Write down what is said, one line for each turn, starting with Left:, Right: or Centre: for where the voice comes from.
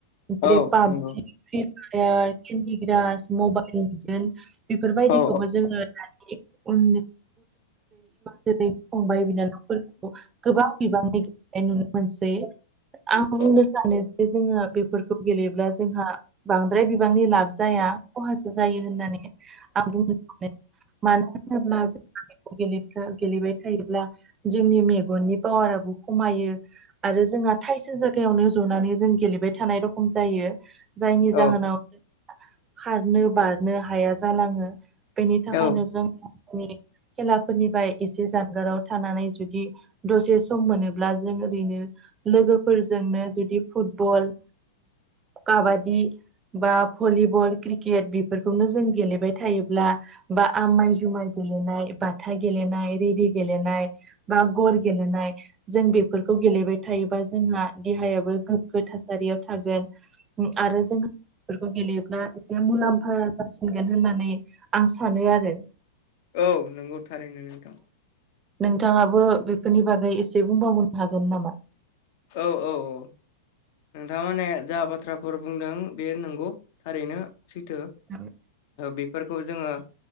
Right: जेरै
Left: औ
Right: PUBG
Left: नंगौ
Right: Free Fire Candy Crush मबाइलजोंनो बेफोरबायदिखौबो
Left: औ
Right: जोङो इयुन जोलै फंबाय बिनानावफोरो गोबां बिबांनि गन नुनो मोनसै आं बुंनो
Left: औ
Right: सानो जे जोङो बेफोरखौ गेलेयोब्ला जोंहा बांद्राय बिबांनि लाब जाया। खहासो जायो होननानै आं बुंनो सानो मानो होनोब्ला जोंङो गेलेबाय थायोब्ला जोंनि मेगननि पावाराबो खमायो। आरो जोंहा थाइसे जायागायावनो जनानै जों गेलेबाय थानाय रखमो खम जायो जायनि जाहोनावो
Left: औ
Right: खारनो बारनो हाया जालाङो बेनि थाखायनो
Left: औ
Right: जोंङो नि खेलाफोरनिफ्राय एसे जानगाराव थानानै जुदियो दसे सम मोनोब्ला जों ओरैनो लोगोफोरजोंनो जुदि फुटबल काबादि बा भलिबल क्रिकेट बेफोरखौनो जों गेलेबाय थायोब्ला बा आमाइ जुमाय गेलेनाय बाथा गेलेनाय रेदि गेलेनायो बा गर गेलनाय जों बेफोरखौ गेलेबाय थायोबा जोंहा देहायाबो गोग्गो थासारियाव थागोन आरो जोंफोरखौ गेलेयोब्ला एसे मुलाम्फा जासिनो। होननानै आं सानो आरो।
Left: औ नंगौ थारैनो नोंथां।
Right: नोंथाङाबो बेफोरनि बागै एसे बुंबावनो हागोन नामा?
Left: औ औ। ओ नोंथां माने जा बाथ्राफोर बुंदों बे नंगौ थारैनो सैथो
Right: <unintelligible>
Left: बेफोरखौ जोङो।